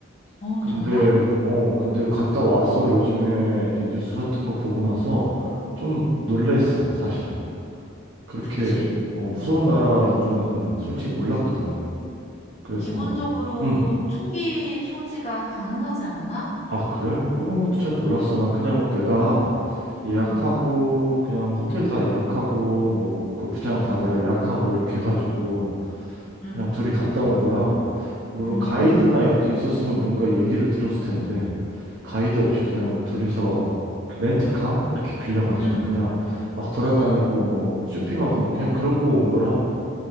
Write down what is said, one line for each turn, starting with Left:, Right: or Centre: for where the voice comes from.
Left: 어,
Right: 근데,
Left: 정말?
Right: 어, 근데 갔다 와서 요즘에 이제 뉴스 같은 거 보고 나서 좀 놀랬어, 사실은. 그렇게,
Left: 그치.
Right: 어, 무서운 나라인 줄은 난 솔직히 몰랐거든. 그래서,
Left: 기본적으로
Right: 음,
Left: 총기 소지가 가능하지 않나?
Right: 아, 그래? 그런 것도 잘 몰랐어. 난 그냥 내가 예약하고,
Left: 응,
Right: 그냥 호텔 다 예약하고, 뭐, 골프장 다 내가 예약하고 이렇게 해가지고,
Left: 응,
Right: 그냥 둘이 갔다 온 거라, 물론
Left: 응,
Right: 가이드나 이렇게 있었으면 뭔가 얘기를 들었을 텐데 가이드 없이 그냥 둘이서 렌트카 이렇게 빌려가지고
Left: 응.
Right: 그냥 막 돌아다니고 뭐 쇼핑하고 뭐 그냥 그러고 온 거라